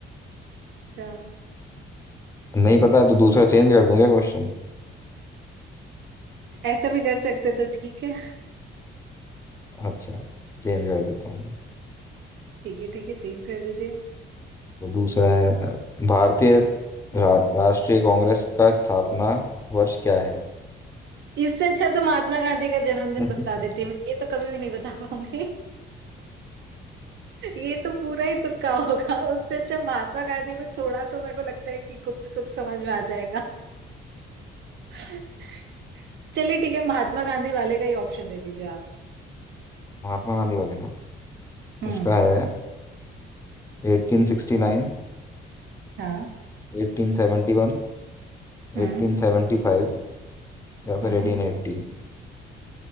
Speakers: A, on the right; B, on the left.
A: अच्छा
B: नहीं पता है तो दूसरा चेंज कर दूंगा क्वेश्चन
A: ऐसा भी कर सकते तो ठीक है
B: अच्छा चेंज कर देता हूँ
A: ठीक है ठीक है चेंज कर दीजिए
B: तो दूसरा है अ, भारतीय रा, राष्ट्रीय कांग्रेस का स्थापना वर्ष क्या है
A: इससे अच्छा तो महात्मा गांधी का जन्मदिन
B: <laughs>
A: बता देती मैं ये तो कभी भी नहीं बता पाऊंगी <laughs> ये तो पूरा ही तुक्का होगा उससे अच्छा महात्मा गांधी में थोड़ा तो मेरे को लगता है कि कुछ कुछ समझ में आ जाएगा <laughs> चलिए ठीक है महात्मा गांधी वाले का ही ऑप्शन दे दीजिए आप
B: महात्मा गांधी वाले का
A: हम्म
B: उसका है 1869
A: हाँ
B: 1871
A: हम्म
B: 1875 या
A: हम्म
B: फिर 1880